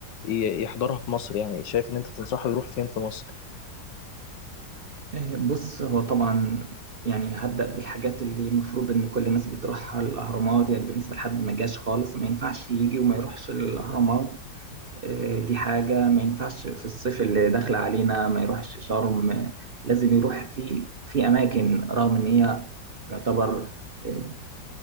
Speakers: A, on the left (about 80°); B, on the right (about 50°).
A: ي- يحضرها في مصر يعني شايف ان انت تنصحه يروح فين في مصر
B: آه، بص هو طبعا يعني هبدأ بالحاجات اللي المفروض إن كل الناس بتروحها الأهرامات يعني بالنسبة لحد ما جاش خالص ما ينفعش يجي وما يروحش الأهرامات آه، دي حاجة ما ينفعش في الصيف اللي داخل علينا ما يروحش شرم آه، لازم يروح في في أماكن رغم إن هي يعتبر آه،